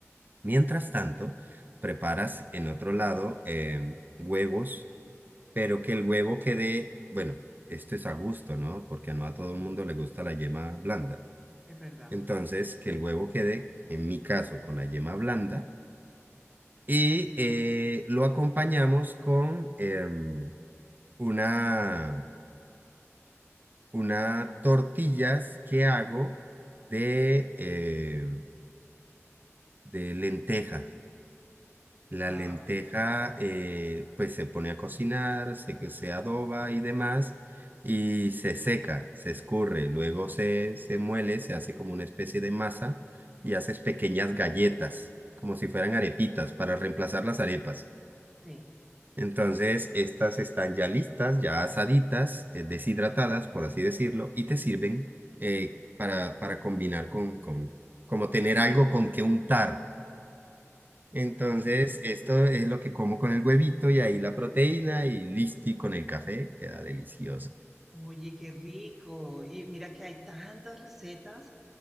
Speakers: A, on the right (about 40°); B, in the centre.
A: Mientras tanto, preparas en otro lado eh, huevos, pero que el huevo quede, bueno, esto es a gusto, ¿no? Porque no a todo el mundo le gusta la yema blanda.
B: es verdad.
A: Entonces, que el huevo quede, en mi caso, con la yema blanda y eh, lo acompañamos con... em, una, una tortillas que hago de, eh, de lentejas. La
B: Wow,
A: lenteja eh, pues se pone a cocinar, se, que se adoba y demás, y se seca, se escurre, luego se, se muele, se hace como una especie de masa y haces pequeñas galletas, como si fueran arepitas, para reemplazar las arepas.
B: sí.
A: Entonces, estas están ya listas, ya asaditas, eh, deshidratadas, por así decirlo, y te sirven eh, para, para combinar con, con, como tener algo con que untar. Entonces,
B: Ah.
A: esto es lo que como con el huevito y ahí la proteína y listo, y con el café queda delicioso.
B: Oye, qué rico. Y mira que hay tantas recetas.